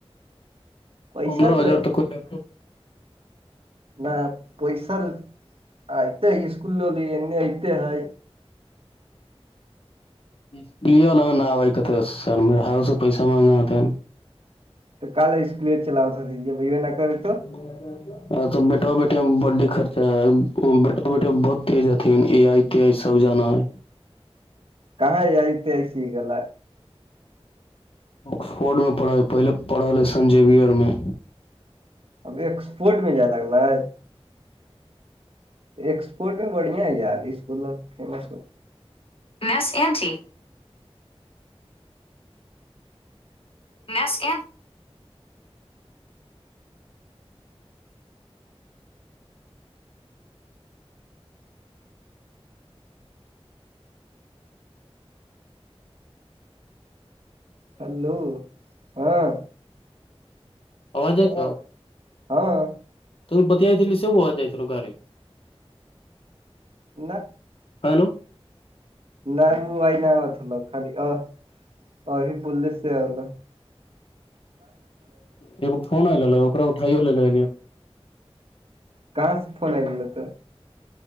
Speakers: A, on the right (about 60°); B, on the left (about 60°).
A: پیسہ
B: پندرہ
A: تو
B: ہزار توک کوئی لا
A: نہ پیسہ آئیتے ہے اسکول ل لینے آئتے ہے
B: اس لی وال ن آائی کا س میرا ہھوں سے پیسہ مانگا ہوتے
A: تو کل اسکلی چلاؤتا تھا یہ بھ یہ نہ کرے تو
B: لینا چاہتی ا تو بیٹو بیٹییا میں بی خرچہ ہے ا بیٹو بیٹی بہت تیز ہتی ا آئی تی آئیب جانا ہے
A: کاں آئیتی آئیتییگ ال
B: آکسفورڈ میں پڑھا ہے پہلے پڑھا لے سن جیویئر میں
A: اب ایکسپورٹ میں جائے لگلے ایکسپورٹ میں بڑھیا ہے یار اسک فیمس میں
B: میںس یہ تھی میںس ا
A: ہلو ہاں
B: آوج ہےئے تو
A: ہاں
B: تم بتییائی ل س وہا جائییو گے
A: نہ
B: ہلو
A: ن وہ وئی ن ا ل خالی ا ا بوللی سےند
B: ایکو فون آ ل اا اٹھائی لو
A: کہاں سے فون آئی ہو تو